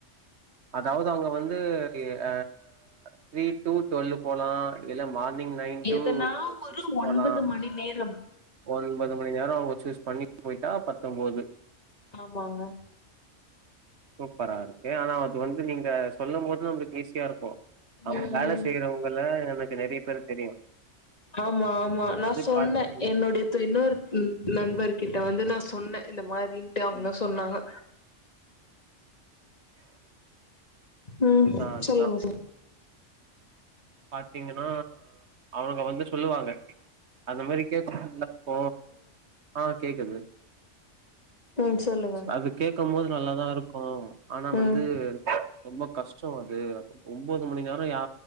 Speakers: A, on the right; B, on the left.
A: அதாவுது அவுங்க வந்து அ த்ரீ டூ டுவல்லு போலா இல்ல மார்னிங் நைன் டூ
B: எதனா ஒரு
A: சிக்ஸ்
B: ஒன்பது
A: போலா
B: மணி நேரம்
A: ஒன்பது மணி நேரோ அவுங்க சூஸ் பண்ணி போய்ட்டா பத்தொம்போது
B: ஆமாங்க
A: சூப்பரா இருக்கு ஆனா அது வந்து நீங்க சொல்லும் போது உங்ளுக்கு ஈஸியா இருக்கு அவுங்க
B: ம்
A: வேல செய்யறவங்கள எனக்கு நெறைய பேரு தெரியு
B: ஆமா ஆமா நா சொன்ன
A: பாத்தீங்க
B: என்னோடைய து இன்னொரு ம் நண்பர்கிட்ட வந்து நா சொன்ன இந்த மாரின்ட்டு அவுங்களும்
A: ம்.
B: சொன்னாங்க ம்
A: அதுதான், அதுதான்.
B: சொல்லுங்க சார்
A: பாத்தீங்கன்னா அவனுங்க வந்து சொல்லுவாங்க அந்த மாரி கேக்கத்துக்கு போ ஆ கேக்குது
B: ம் சொல்லு
A: அது கேக்கும் போது நல்லாதா இருக்கு ஆனா
B: ம்
A: வந்து ரொம்ப கஷ்டோ அது ஒன்பது மணி நேரம் யா